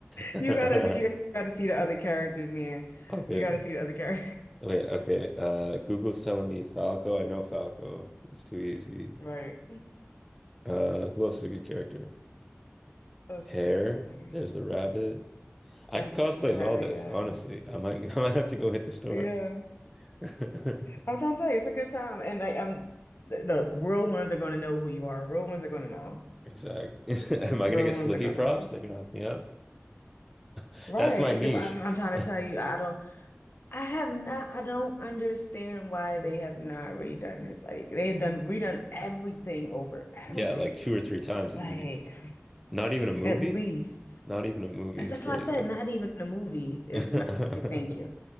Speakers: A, in the centre; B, on the left.
A: <laughs>
B: You gotta you gotta see the other characters, man.
A: Okay.
B: You gotta see the other characters. <laughs>
A: Wait, okay. Uh, Google's telling me Falco. I know Falco. That's too easy.
B: Right.
A: Uh, who else is a good character?
B: That's
A: Hair.
B: too funny.
A: There's the rabbit. I
B: That's
A: could cosplay
B: a
A: as
B: rabbit.
A: all this,
B: Yeah.
A: honestly.
B: Okay.
A: I might <laughs> I might have to go hit the store.
B: Yeah.
A: <laughs>
B: I'm trying to tell you, it's a good time. And like, I'm th- look, real ones are going to know who you are. Real ones are going to know.
A: Exactly. <laughs> Am
B: Real
A: I gonna get
B: ones
A: Slippy
B: are going
A: props?
B: to know.
A: They're gonna hook me up. <laughs>
B: Right.
A: That's my niche.
B: I'm, I'm
A: <laughs>
B: trying to tell you, I don't, I have not, I don't understand why they have not redone this. Like, they have done redone everything over, everything.
A: Yeah, like two or three times
B: Like,
A: at least. Not even a movie?
B: at least
A: Not even a movie
B: that's
A: is
B: that's
A: crazy.
B: why I said not even a movie is
A: <laughs> Bro,
B: not, thank you.